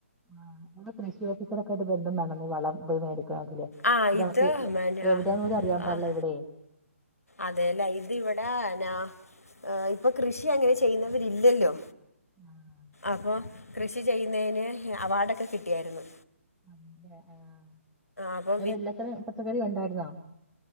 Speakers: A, in the centre; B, on the left.
A: ആഹ് നമ്മടെ കൃഷി ഓഫീസറെക്കെ ആട്ട് ബന്ധം വേണംവളം മ്പോയി മേടക്കണെങ്കില്.
B: ആഹ്
A: നമുക്ക്
B: ഇത് മനാ
A: എവിടെയാന്ന് പോലും അറിയാൻ പാടില്ല
B: ആഹ്
A: ഇവിടെയ്
B: അതെല്ലേ ഇത് ഇവിടെ നാ ആഹ് ഇപ്പൊ കൃഷി അങ്ങനെ ചെയ്യുന്നവരില്ലല്ലോ
A: ആഹ്
B: അപ്പൊ കൃഷി ചെയ്യുന്നേയ്ന് ഹ് അവാർഡൊക്കെ കിട്ടിയായിരുന്നു.
A: <unintelligible> ല്ലെ ആഹ്
B: അപ്പോൾ
A: എങ്ങനെ എല്ലാത്തരം പച്ചക്കറി യൊണ്ടായിര്ന്നോ